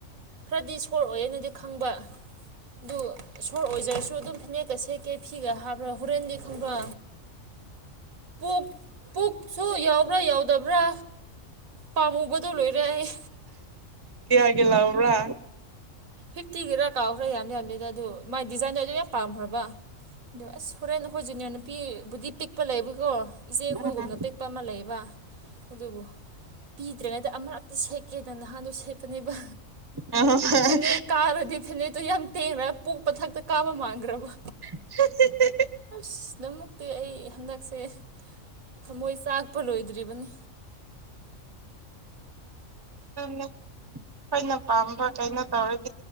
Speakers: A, on the right; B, on the right.
A: ꯈꯔꯗꯤ ꯁꯣꯔ ꯑꯣꯏꯌꯦꯅꯗꯤ ꯈꯪꯕ ꯑꯗꯨ ꯁꯣꯔ ꯑꯣꯏꯖꯔꯁꯨ ꯑꯗꯨꯝ ꯐꯅꯦꯛꯀ ꯁꯦꯠꯀꯦ ꯐꯤꯒ ꯍꯥꯕ꯭ꯔꯥ ꯍꯣꯔꯦꯟꯒꯤ ꯈꯪꯕ꯭ꯔꯥ ꯄꯨꯛ ꯄꯨꯛꯁꯨ ꯌꯧ ꯕ꯭ꯔꯥ ꯌꯥꯎꯗꯕ꯭ꯔꯥ ꯄꯥꯝꯃꯨꯕꯗꯨ ꯂꯣꯏꯔꯦ ꯑꯩ
B: ꯀꯌꯥꯒꯤ ꯂꯥꯎꯕ꯭ꯔꯥ
A: ꯐꯤꯐꯇꯤꯒꯤꯔꯥ ꯀꯥꯎꯈ꯭ꯔꯥ ꯌꯥꯝꯗꯤ ꯌꯥꯝꯗꯦꯗ ꯑꯗꯨ ꯃꯥꯏ ꯗꯤꯖꯥꯏꯟꯗꯣ ꯑꯗꯨ ꯌꯥꯝ ꯄꯥꯝꯈ꯭ꯔꯕ ꯑꯗꯨ ꯑꯁ ꯍꯣꯔꯦꯟ ꯑꯈꯣꯏ ꯖꯨꯅꯤꯌꯔ ꯅꯨꯄꯤꯕꯨꯗꯤ ꯄꯤꯛꯄ ꯂꯩꯕꯀꯣ ꯏꯆꯦꯈꯣꯏꯒꯨꯝꯅ
B: ꯑꯥ
A: ꯄꯤꯛꯄ ꯑꯃ ꯂꯩꯌꯦꯕ ꯑꯗꯨꯕꯨ ꯄꯤꯗ꯭ꯔꯤꯉꯩꯗ ꯑꯃꯔꯛꯇꯤ ꯁꯦꯠꯀꯦꯗꯅ ꯅꯍꯥꯟꯗꯣ ꯁꯦꯠꯄꯅꯦꯕ
B: <unintelligible>
A: ꯅꯦꯛ ꯀꯥꯔꯗꯤ ꯐꯅꯦꯛꯇꯨ ꯌꯥꯝ ꯇꯦꯡꯔ ꯄꯨꯛꯄꯊꯛꯇ ꯀꯥꯕ ꯃꯥꯟꯒ꯭ꯔꯕ
B: <unintelligible>
A: ꯑꯁ ꯅꯃꯨꯛꯇꯤ ꯑꯩ ꯍꯟꯗꯛꯁꯦ ꯊꯃꯣꯏ ꯆꯥꯛꯄ ꯂꯣꯏꯗ꯭ꯔꯤꯕꯅꯤ
B: <unintelligible> ꯑꯈꯣꯏꯅ ꯄꯥꯝꯕ ꯀꯩꯅꯣ ꯇꯧꯔꯤ